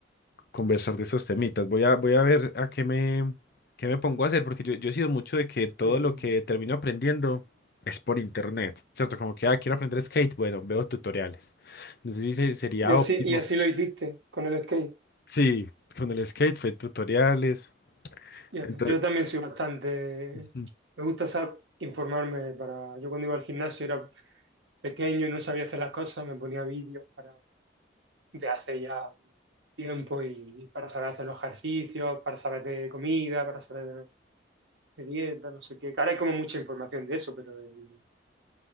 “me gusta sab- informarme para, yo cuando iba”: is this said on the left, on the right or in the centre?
Right